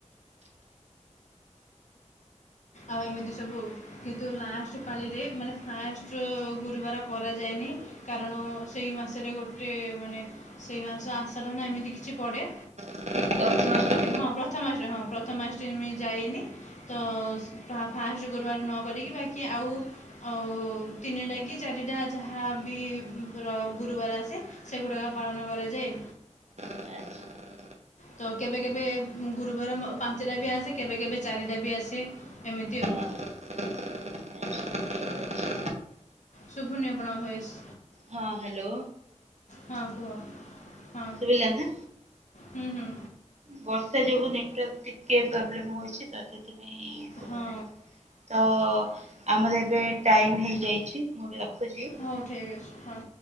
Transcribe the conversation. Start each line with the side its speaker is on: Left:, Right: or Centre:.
Left: ଆଉ ଏମିତି ସବୁ କିନ୍ତୁ ଲାଷ୍ଟ ପାଳିରେ ମାନେ ଫାଷ୍ଟ ଗୁରୁବାର କରାଯାଏନି। କାରଣ ସେଇ ମାସରେ ଗୋଟେ ମାନେ ସେଇ ମାସ ଆଶାଢ଼ ନା ଏମିତି କିଛି ପଡ଼େ।
Right: ପ୍ରଥମା ଅଷ୍ଟ
Left: ହଁ ପ୍ରଥମା ଅଷ୍ଟମୀ ହଁ ପ୍ରଥମା ଅଷ୍ଟମୀ ପାଇଁ ଯାଇନି। ତ ଫା ଫାଷ୍ଟ ଗୁରୁବାର ନ କରିକି ବାକି ଆଉ ଆଉ ତିନିଟା କି ଚାରିଟା ଯାହା ବି ଗୁର ଗୁରୁବାର ଆସେ। ସେଗୁଡ଼ାକ ପାଳନ କରାଯାଏ।
Right: ଆଚ୍ଛା ହଁ
Left: ତ କେବେ କେବେ ଉଁ ଗୁରୁବାର ମ ପାଞ୍ଚଟା ବି ଆସେ କେବେ କେବେ ଚାରିଟା ବି ଆସେ ଏମିତି ଆଉ।
Right: ଆଚ୍ଛା ଠିକ୍ ଅଛି
Left: ଶୁଭୁନି ଆପଣଙ୍କ ଭଏସ୍।
Right: ହଁ ହାଲୋ।
Left: ହଁ କୁହ ହଁ
Right: ଶୁଭିଲା ନା?
Left: ହୁଁ ହୁଁ।
Right: ବର୍ଷା ଯୋଗୁ ନେଟୱାର୍କ ଟିକେ ପ୍ରୋବ୍ଲେମ ହଉଛି ତା ସେଥିପାଇଁ ଶୁଭୁ
Left: ହଁ
Right: ନାହିଁ। ତ ଆମର ଏବେ ଟାଇମ ହେଇଯାଇଛି ମୁଁ ଏବେ ରଖୁଛି।
Left: ହଉ ଠିକ୍ ଅଛି ହଁ।